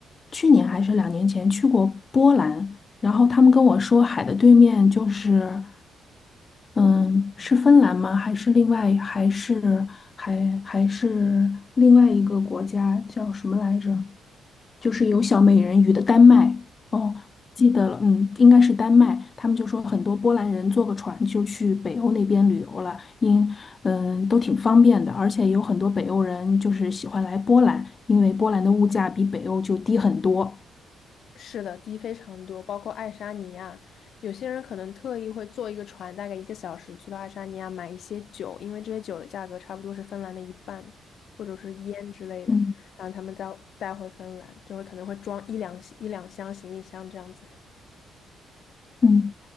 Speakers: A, on the left (about 35°); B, on the left (about 65°).
A: 去年还是两年前去过波兰，然后他们跟我说海的对面就是嗯是芬兰吗？还是另外还是还还是另外一个国家叫什么来着？就是有小美人鱼的丹麦。哦，记得了，嗯，应该是丹麦。他们就说很多波兰人坐个船就去北欧那边旅游了，因嗯都挺方便的，而且有很多北欧人就是喜欢来波兰，因为波兰的物价比北欧就低很多。
B: 是的，低非常多，包括爱沙尼亚，有些人可能特意会坐一个船，大概一个小时去到爱沙尼亚买一些酒，因为这些酒的价格差不多是芬兰的一半，或者是烟之类的，
A: 嗯
B: 然后他们再带回芬兰，就会可能会装一两一两箱行李箱这样子。
A: 嗯